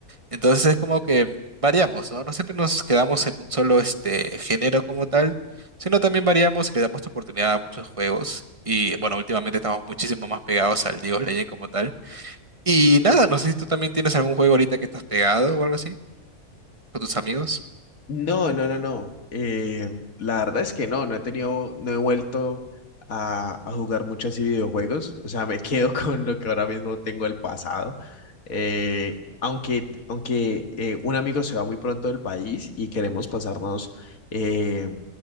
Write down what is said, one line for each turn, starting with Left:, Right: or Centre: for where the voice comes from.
Right: Entonces es como que variamos, ¿no? No siempre nos quedamos en un solo este género como tal, sino también variamos y le damos oportunidad a muchos juegos. Y bueno, últimamente estamos muchísimo más pegados al League of Legends como tal. Y nada, no sé si tú también tienes algún juego ahorita que estás pegado o algo así, con tus amigos.
Left: No, no, no, no. Eh, la verdad es que no, no he tenido, no he vuelto a, a jugar mucho así videojuegos. O sea, me quedo <laughs> con lo que ahora mismo tengo del pasado. Eh, aunque aunque eh, un amigo se va muy pronto del país y queremos pasarnos eh,